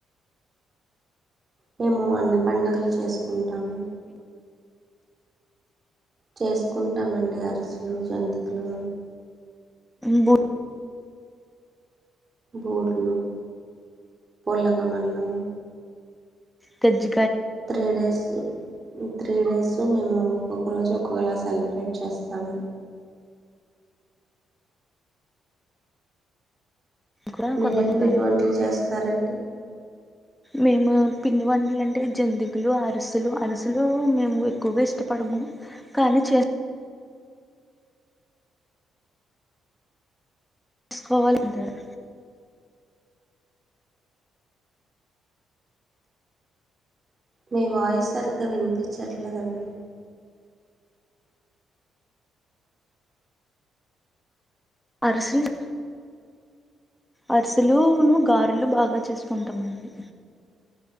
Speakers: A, on the right (about 30°); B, in the centre.
A: మేము అన్ని పండగలు చేసుకుం రాము చేసుకుంటామండి అరిసలు జంతికలు
B: బో
A: బూర్లు పులగం అన్నము
B: కజ
A: త్రిడేస్ త్రీ డేస్ మేము ఒక్కొక్క రోజు ఒక్కోలా సెలబ్రేట్ చేస్తాము
B: కూడా
A: మీరేం
B: కొబ్బరికాయలు
A: పిండి వంటలు చేస్తారండి
B: మేము పిండి వంటలు అంటే జంతికులు అరిసలు అరుసలు మేము ఎక్కువగా ఇష్టపడము కానీ చేస్త తీసుకోవాలందరు
A: మీ వాయిస్ సరిగ్గా వినిపించట్లేదండి
B: అరుసెలు అరిసెలు గారేలు బాగా చేసుకుంటామండి